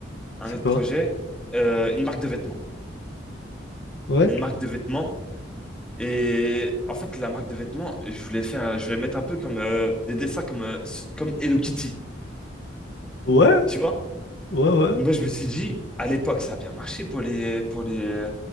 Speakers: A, in the centre; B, on the left.
A: un
B: C'est
A: autre
B: quoi?
A: projet, euh, une marque de vêtements,
B: Ouais?
A: une marque de vêtements. Et en fait, la marque de vêtements, je voulais faire, je voulais mettre un peu comme euh, des dessins comme euh, comme Hello Kitty,
B: Ouais,
A: tu vois?
B: Ouais, ouais,
A: Moi, je me suis dit, à l'époque, ça a bien marché pour les pour les, euh,